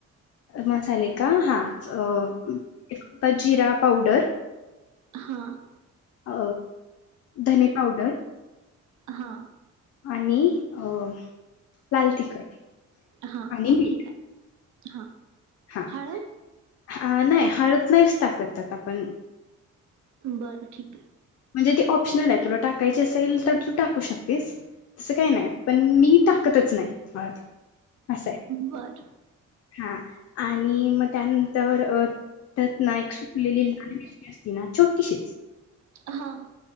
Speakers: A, on the left; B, on the right.
A: मसाले का हा? च अ <inaudible> प जिरा पावडर
B: हा <inaudible>
A: अ धने पावडर
B: हा
A: आणि अ लाल तिखट
B: हा
A: आणि मीठ
B: ठीक हाय हा
A: हा
B: हळद
A: हा नाय हळद नाहीच टाकत त्यात आपण
B: बर ठीक आहे
A: म्हणजे ते ऑप्शनल आहे तुला टाकायचं असेल तर तू टाकू शकतेस तस काय नाय पण मी टाकतच नाही होय असय.
B: बर
A: हा आणि म त्यानंतर त्यात ना एक सुकलेली लाल मिरची असती ना छोटीशीच.
B: आहा